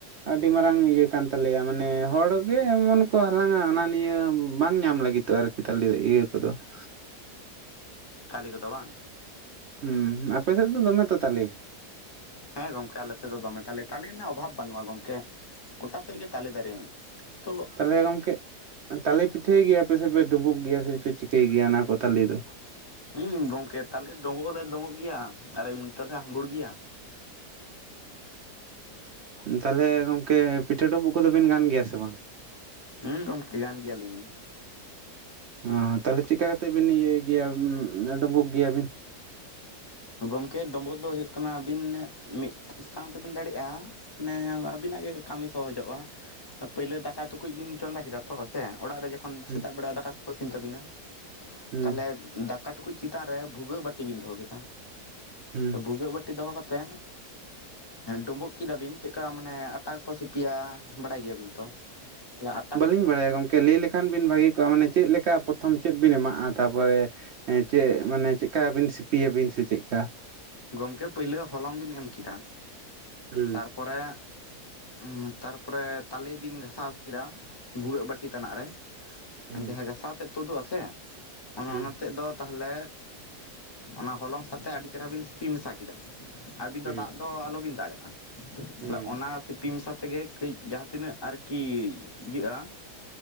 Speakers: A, on the right; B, on the left.
A: ᱟᱹᱰᱤ ᱢᱟᱨᱟᱝ ᱤᱭᱟᱹ ᱠᱟᱱ ᱛᱟᱞᱮᱭᱟ ᱢᱟᱱᱮ ᱦᱚᱲ ᱜᱮ ᱮᱢᱚᱱ ᱠᱚ ᱦᱟᱞᱟᱝᱼᱟ ᱚᱱᱟ ᱱᱤᱭᱟᱹ ᱵᱟᱝ ᱧᱟᱢ ᱞᱟᱹᱜᱤᱫ᱾ ᱟᱨᱠᱤ ᱛᱟᱞ ᱤᱭᱟᱹ ᱠᱚᱫᱚ <unintelligible> <inaudible>
B: ᱠᱷᱟᱹᱞᱤ ᱠᱚᱫᱚ ᱵᱟᱝ᱾
A: ᱦᱩᱸ, ᱟᱯᱮ ᱥᱮᱫ ᱫᱚ ᱫᱚᱢᱮ ᱛᱚ ᱛᱟᱞᱮ᱾
B: ᱦᱮᱸ, ᱜᱚᱝᱠᱮ ᱟᱞᱮ ᱥᱮᱫ ᱫᱚᱢᱮ ᱛᱟᱞᱮ ᱛᱟᱞᱮ ᱨᱮᱱᱟᱜ ᱚᱵᱷᱟᱵᱽ ᱵᱟᱹᱱᱩᱜᱼᱟ ᱜᱚᱢᱠᱮ᱾ ᱜᱚᱴᱟ ᱥᱮᱫ ᱜᱮ ᱛᱟᱞᱮ ᱫᱟᱨᱮ, ᱛᱚᱼᱼ
A: ᱛᱟᱦᱚᱞᱮ ᱜᱚᱝᱠᱮ, ᱛᱟᱞᱮ ᱯᱤᱴᱷᱟᱹᱭ ᱜᱮᱭᱟᱯᱮ ᱥᱮ ᱯᱮ ᱰᱩᱸᱵᱩᱜ ᱜᱮᱭᱟ᱾ ᱥᱮ ᱯᱮ ᱪᱤᱠᱟᱹᱭ ᱜᱮᱭᱟ ᱚᱱᱟ ᱠᱚ ᱛᱟᱞᱮ ᱫᱚ᱾
B: ᱦᱩᱸ ᱜᱚᱝᱠᱮ, ᱛᱟᱦᱚᱞᱮ ᱰᱳᱜᱚᱜ ᱦᱚᱞᱮ ᱰᱳᱜᱚᱜ ᱜᱮᱭᱟ ᱾ ᱟᱨ ᱮᱢ ᱛᱮᱞᱮ ᱦᱟᱹᱵᱩᱲ ᱜᱮᱭᱟ᱾
A: ᱚ ᱛᱟᱦᱚᱞᱮ ᱜᱚᱝᱠᱮ, ᱯᱤᱴᱷᱟᱹ ᱰᱩᱵᱩᱜ ᱠᱚᱫᱚᱵᱤᱱ ᱜᱟᱱ ᱜᱮᱭᱟ ᱥᱮ ᱵᱟᱝ?
B: ᱦᱩᱸᱜᱚᱝᱠᱮ ᱜᱟᱱ ᱜᱮᱭᱟᱞᱤᱧ᱾
A: ᱚ ᱛᱟᱦᱚᱞᱮ ᱪᱤᱫ ᱠᱟᱛᱮ ᱵᱤᱱ ᱤᱭᱟᱹᱭ ᱵᱤᱱ <unintelligible> ᱜᱮᱭᱟ ᱰᱩᱵᱳᱩᱜ ᱜᱮᱭᱟ ᱵᱤᱱ᱾
B: ᱜᱚᱝᱠᱮ ᱰᱳᱢᱵᱳᱩᱜ ᱫᱚ ᱦᱳᱭᱳᱜ ᱠᱟᱱᱟ᱾ ᱟᱹᱵᱤᱱ ᱢᱤᱫ ᱥᱟᱝ ᱛᱮᱵᱤᱱ ᱫᱟᱲᱮᱜᱼᱟ᱾ ᱢᱟᱱᱮ ᱟᱹᱵᱤᱱᱟᱜ ᱜᱮ ᱠᱟᱹᱢᱤ ᱥᱚᱦᱚᱡᱚᱜᱼᱟ᱾ ᱯᱟᱹᱭᱞᱟᱹ ᱫᱟᱠᱟ ᱴᱩᱠᱩᱡ ᱵᱤᱱ ᱪᱚᱸᱫᱟ ᱠᱮᱫᱟ᱾ ᱛᱚ ᱥᱮ ᱚᱲᱟᱜ ᱨᱮ ᱡᱚᱠᱷᱚᱱ
A: ᱦᱩᱸ
B: ᱥᱮᱛᱟᱜ ᱵᱮᱲᱟ ᱫᱟᱠᱟ ᱠᱚ ᱤᱥᱤᱱ ᱛᱟᱵᱤᱱᱟ᱾
A: ᱦᱩᱸ
B: ᱛᱟᱦᱚᱞᱮ ᱫᱟᱠᱟᱼᱼ ᱴᱩᱠᱩᱡ ᱪᱮᱛᱟᱱ ᱨᱮ ᱵᱷᱩᱜᱟᱹᱜ ᱵᱟᱹᱴᱤ ᱵᱤᱱ ᱫᱚᱦᱚ ᱠᱮᱫᱟ᱾
A: ᱦᱩᱸ
B: ᱵᱷᱩᱜᱟᱹᱜ ᱵᱟᱹᱴᱤ ᱫᱚᱦᱚ ᱠᱟᱛᱮᱫᱼᱼ ᱰᱳᱵᱳᱩᱜ ᱠᱮᱫᱟᱵᱤᱱ ᱪᱮᱫᱠᱟ ᱢᱟᱱᱮ ᱟᱴᱟ ᱠᱚᱠᱚ ᱥᱤᱯᱤᱭᱟ, ᱵᱟᱲᱟᱭ ᱜᱮᱭᱟᱵᱤᱱ ᱛᱚ᱾ ᱛᱟᱦᱮ <unintelligible>
A: ᱵᱟᱹᱞᱤᱧ ᱵᱟᱲᱟᱭᱟ ᱜᱚᱝᱠᱮ, ᱞᱟᱹᱭ ᱞᱮᱠᱷᱟᱱ ᱵᱤᱱ ᱵᱷᱟᱹᱜᱮ ᱠᱚᱜᱼᱟ᱾ ᱢᱟᱱᱮ ᱪᱮᱫ ᱞᱮᱠᱟ ᱯᱚᱛᱷᱚᱢ ᱪᱮᱫ ᱵᱤᱱ ᱮᱢᱟᱜᱼᱟ᱾ ᱛᱟᱯᱚᱨᱮᱼᱼ ᱪᱮᱫ, ᱢᱟᱱᱮ ᱪᱮᱫ ᱠᱟ ᱵᱤᱱ ᱥᱤᱯᱤᱭᱟᱵᱤᱱ ᱥᱮ ᱪᱮᱫᱠᱟ?
B: ᱜᱚᱝᱠᱮ ᱯᱟᱹᱭᱞᱟᱹ ᱦᱚᱞᱚᱝ ᱵᱤᱱ ᱮᱢ ᱠᱮᱫᱟ᱾
A: ᱦᱩᱸ᱾
B: ᱯᱚᱨᱮᱼᱼ ᱩᱸ ᱛᱟᱨᱯᱚᱨᱮ ᱛᱟᱞᱮ ᱵᱤᱱ ᱜᱷᱟᱥᱟᱣ ᱠᱮᱫᱟ ᱾ ᱵᱷᱩᱜᱟᱹᱜ ᱵᱟᱹᱴᱤ ᱛᱟᱱᱟᱜ ᱨᱮ᱾
A: ᱦᱩᱸ
B: ᱡᱟᱦᱟᱸ ᱜᱟᱥᱟᱣ ᱛᱮᱫ ᱛᱳᱫᱩᱜ ᱟᱥᱮ, ᱚᱱᱮ
A: ᱦᱩᱸ
B: ᱚᱱᱟ ᱛᱮᱫ ᱫᱚᱼᱼ ᱛᱟᱦᱚᱞᱮ ᱚᱱᱟ ᱦᱚᱞᱚᱝ ᱥᱟᱛᱮᱜ ᱟᱹᱰᱤ ᱪᱮᱦᱨᱟ ᱵᱤᱱ ᱥᱤᱯᱤ ᱢᱮᱥᱟ ᱠᱮᱫᱼᱼ ᱠᱮᱫᱟ ᱾ ᱟᱹᱵᱤᱱ ᱫᱚ
A: ᱦᱩᱸ
B: ᱫᱟᱜ ᱫᱚ ᱟᱞᱚᱵᱤᱱ ᱫᱟᱜᱟᱜᱼᱟ ᱾
A: ᱦᱩᱸ
B: ᱛᱟᱦᱚᱞᱮ ᱚᱱᱟ ᱥᱤᱯᱤ ᱢᱮᱥᱛᱮ ᱛᱮᱜᱮ ᱠᱟᱹᱡ ᱡᱟᱦᱟᱸ ᱛᱤᱱᱟᱹᱜ ᱟᱨᱠᱤ ᱤᱭᱟᱹᱜᱼᱟ,